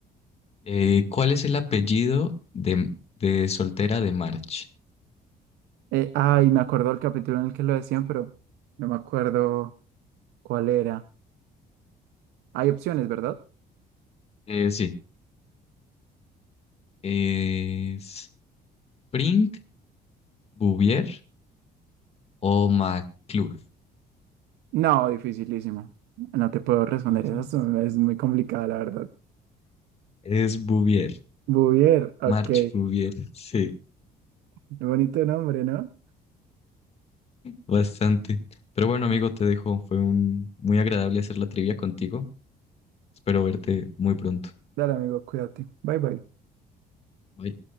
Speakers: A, on the left; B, on the right.
A: Eh, ¿cuál es el apellido de, de soltera de March?
B: Eh, ay, me acuerdo del capítulo en el que lo decían, pero no me acuerdo cuál era. Hay opciones, ¿verdad?
A: Eh, sí, es Brink, Bouvier o McClure.
B: No, dificilísimo. No te puedo responder
A: Dije, sí.
B: eso, es muy complicada, la verdad.
A: Es Bouvier,
B: Bouvier, ok.
A: March Bouvier, <laughs> sí,
B: Bonito nombre, ¿no?
A: bastante. Pero bueno, amigo, te dejo. Fue un, muy agradable hacer la trivia contigo. Espero verte muy pronto.
B: Dale, amigo, cuídate. Bye, bye.
A: Bye.